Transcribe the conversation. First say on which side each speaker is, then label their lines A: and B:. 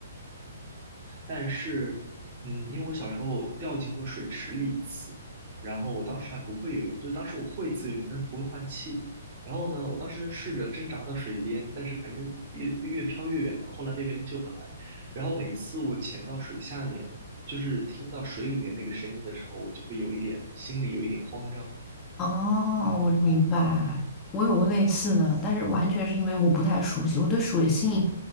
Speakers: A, on the right; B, on the left.
A: 但是，嗯，因为我小时候掉进过水池里一次，然后我当时还不会游泳，就是当时我会自由泳，但是我不会换气。然后呢，我当时试着挣扎到水边，但是反正越越飘越远了，后来被别人救上来。然后每次我潜到水下面，就是听到水里面那个声音的时候，我就会有一点心里有一点慌张。
B: 哦，
A: 嗯
B: 我明白，我有过类似的，但是完全是因为我不太熟悉，我对水性